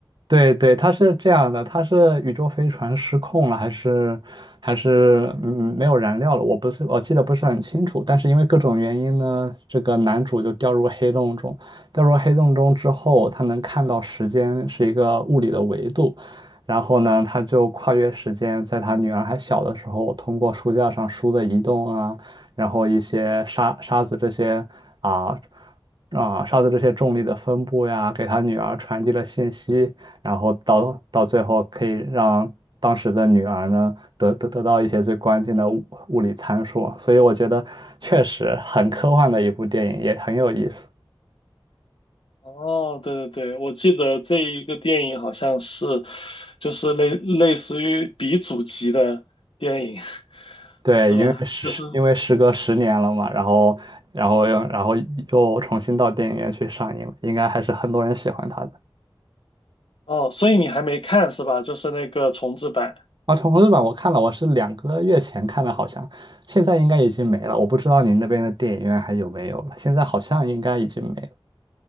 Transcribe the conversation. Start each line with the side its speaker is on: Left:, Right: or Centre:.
Right: 对对，它是这样的，它是宇宙飞船失控了，还是还是嗯没有燃料了？我不是我记得不是很清楚，但是因为各种原因呢，这个男主就掉入黑洞中，掉入黑洞中之后，他能看到时间是一个物理的维度，然后呢，他就跨越时间，在他女儿还小的时候，通过书架上书的移动啊，然后一些沙沙子这些啊。啊，沙子这些重力的分布呀，给他女儿传递了信息，然后到到最后可以让当时的女儿呢得得得到一些最关键的物物理参数，所以我觉得确实很科幻的一部电影，也很有意思。
Left: 哦，对对对，我记得这一个电影好像是，就是类类似于鼻祖级的电影，<laughs>
Right: 对，
Left: 是吧？
Right: 因为时因为时隔十年了嘛，
Left: 就是
Right: 然后然后又然后又重新到电影院去上映了，应该还是很多人喜欢它的。
Left: 哦，所以你还没看是吧？就是那个重制版。
Right: 啊，重重制版我看了，我是两个月前看的，好像现在应该已经没了。我不知道您那边的电影院还有没有了，现在好像应该已经没了。